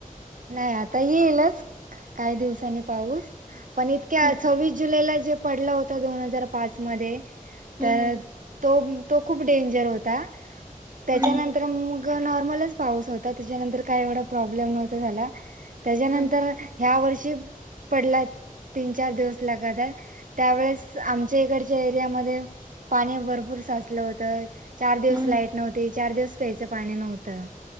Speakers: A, on the right; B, on the right.
A: नाही आता येईलच, काही दिवसांनी पाऊस पण इतक्या
B: हम्म
A: सव विस जुलैला जे पडला होत. दोन हजार पाच मध्ये
B: हम्म
A: तर तो तो खूप डेंजर होता. त्याच्यानंतर
B: हम्म
A: मग नॉर्मलच पाऊस होता. त्याच्यानंतर काय एवढा प्रॉब्लेम नव्हता झाला त्याच्यानंतर
B: हम्म
A: ह्या वर्षी पडला. तीन चार दिवस लगातार त्यावेळेस आमच्या इकडच्या एरियामध्ये पाणी भरपूर साचलं होतं. चार दिवस
B: हम्म
A: लाईट नव्हती, चार दिवस प्यायचं पाणी नव्हतं.